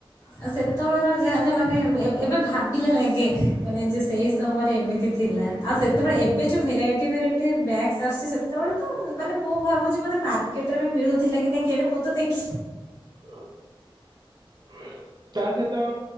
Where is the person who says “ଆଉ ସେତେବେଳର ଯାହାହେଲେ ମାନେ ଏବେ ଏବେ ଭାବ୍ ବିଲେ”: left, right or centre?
Left